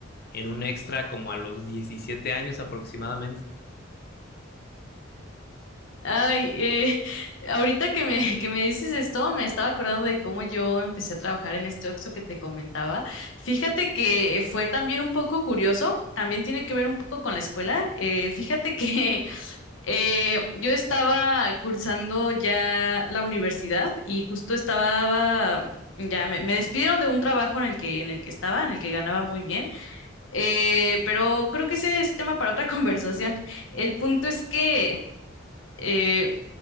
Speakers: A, on the left; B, on the left.
A: en un extra como a los 17 años aproximadamente.
B: Ay, eh, <laughs> ahorita que me, que me dices esto, me estaba acordando de cómo yo empecé a trabajar en este Oxxo que te comentaba. Fíjate que fue también un poco curioso, también tiene que ver un poco con la escuela. Eh, fíjate que <laughs> eh, yo estaba cursando ya la universidad y justo estaba, ya me, me despidieron de un trabajo en el que, en el que estaba, en el que ganaba muy bien, Eh, pero creo que ese es tema para otra <laughs> conversación. El punto es que... eh,